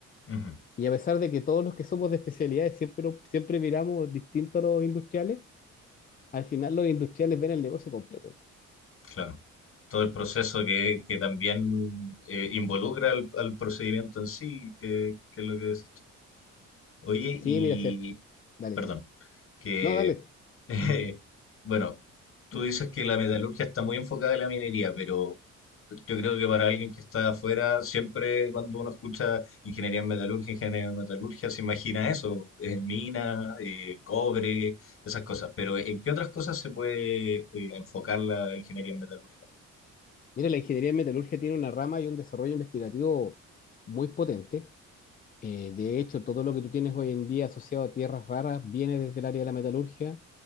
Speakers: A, on the left; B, on the left.
A: ujú,
B: Y a pesar de que todos los que somos de especialidades siempre, siempre miramos distinto a los industriales, al final los industriales ven el negocio completo.
A: claro. Todo el proceso que, que también eh, involucra al, al procedimiento en sí, que, que es lo que decís tú. Oye,
B: Sí,
A: y
B: mira, sí, dale.
A: perdón, que
B: No, dale.
A: Eh, bueno, tú dices que la metalurgia está muy enfocada en la minería, pero yo creo que para alguien que está afuera, siempre cuando uno escucha ingeniería en metalurgia, ingeniería en metalurgia, se imagina eso, eh, mina, eh, cobre, esas cosas. Pero ¿en qué otras cosas se puede eh, enfocar la ingeniería en metalurgia?
B: Mira, la ingeniería de metalurgia tiene una rama y un desarrollo investigativo muy potente. Eh, de hecho, todo lo que tú tienes hoy en día asociado a tierras raras viene desde el área de la metalurgia.